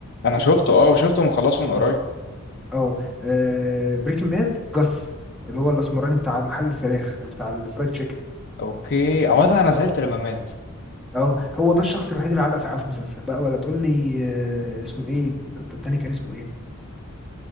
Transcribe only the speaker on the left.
انا شفته اه وشفته مخلصه من
قريب
اوكي عامة انا زعلت لما مات